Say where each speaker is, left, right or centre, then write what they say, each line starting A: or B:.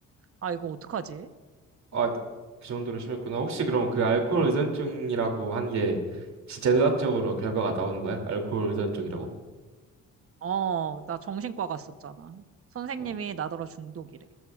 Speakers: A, on the right (about 50°); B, on the right (about 65°).
A: 아 이거 어떡하지?
B: 아, 그 정도로 심했구나. 혹시 그럼 그 알코올 의존증이라고 한 게 진짜 의학적으로 결과가 나오는 거야? 알코올 의존증이라고?
A: 어, 나 정신과 갔었잖아. 선생님이
B: 어,
A: 나더러 중독이래.